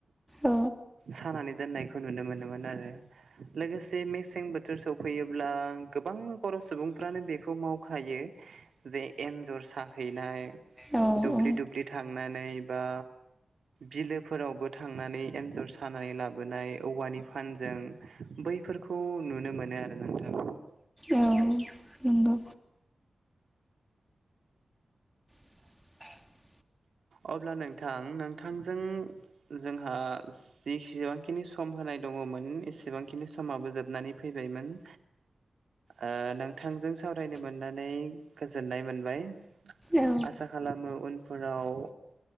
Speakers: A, in the centre; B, on the right (about 80°).
A: औ
B: सानानै दोननायखौ नुनो मोनोमोन आरो। लोगोसे मेसें बोथोर सौ फैयोब्ला गोबां बर' सुबुंफ्रानो बेखौ मावखायो। जे एन्जर साहैनाय
A: औ
B: दुब्लि
A: औ
B: दुब्लि थांनानै बा बिलोफोरावबो थांनानै एन्जर सानानै लाबोनाय औवानि फान जों बैफोरखौ नुनो मोनो आरो नोंथां।
A: औ नोंगौ। <inaudible>
B: अब्ला नोंथां नोंथांजों जोंहा जिखिआनखिनि सम होनाय दङमोन एसेबांखिनि समाबो जोबनानै फैबायमोन ओ नोंथांजों सावरायनो मोननानै गोजोननाय मोनबाय
A: औ
B: आसा खालामो उनफोराव